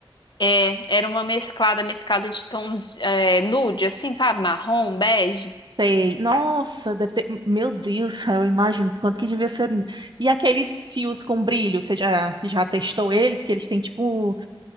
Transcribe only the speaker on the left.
É, era uma mesclada, mesclada de tons, é, nude, assim, sabe? Marrom, bege.